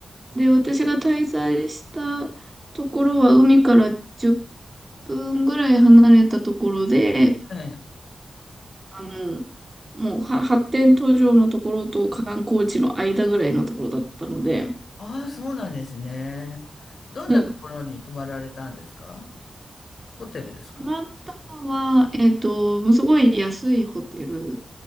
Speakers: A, on the right; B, on the left.
A: で、私が滞在したところは海から10分ぐらい離れたところで、
B: ええ
A: あの、もうは発展途上のところと観光地の間ぐらいのところだったので、
B: ああ、そうなんですね。どんなところに泊まられたんですか
A: うん。
B: ホテルですか
A: 泊まったのは、えっと、すごい安いホテル